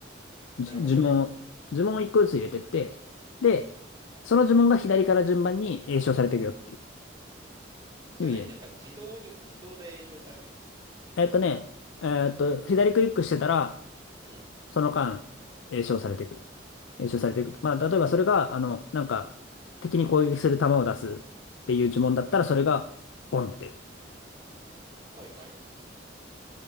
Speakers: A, on the left; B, on the right.
A: じ呪文を、
B: なるほどね。
A: 呪文を一個ずつ入れてって、で、その呪文が左から順番に詠唱されていくよっていう、
B: えそれなりになんか、
A: いうゲーム。
B: 自動に、自動で詠唱されていくの
A: えっとね、えっと、左クリックしてたら、
B: うん。
A: その間、詠唱されていく。詠唱されていく。まあ、例えばそれが、あの、なんか、敵に攻撃する弾を出すっていう呪文だったら、それが、ボンって出る。
B: はいはい。